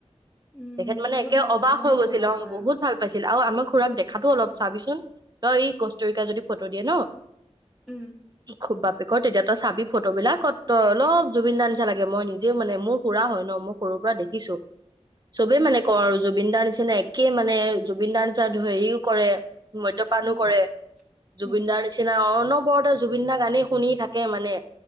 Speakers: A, in the centre; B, on the right.
A: উম
B: তেখেত মানে
A: বহুত
B: একে
A: ভাল পাইছিলে
B: অবাক হৈ
A: ন
B: গৈছে
A: মনৰ
B: । শ্বিলঙৰ
A: পৰা
B: বহুত ভাল পাইছিলো আৰু আম খুৰাক দেখে <unintelligible> খাব অলপ চাবিচোন তই এই কষ্টৰিকা যদি <unintelligible> ফটো দিয়ে ন
A: উম
B: খুব ব ক তেতিয়া তো চাবি ফটোবলাক কত তই অলপ জুবিন দাৰ নিচা লাগে মই নিজেও মানে মোৰ খুৰা হয় ন মোৰ সৰুৰ পৰা দেখিছো চবেই
A: আহ
B: মানে ক জুবিন দাৰ নিচিনা একে কি মানে জুবিনদাৰ নিচিনা হেৰিও কৰে মদ্যপানো
A: উম
B: কৰে জুবিন
A: উম
B: দাৰ নিচিনা অকন। বৰতে জুবিন দা গানেই শুনি থাকে মানে।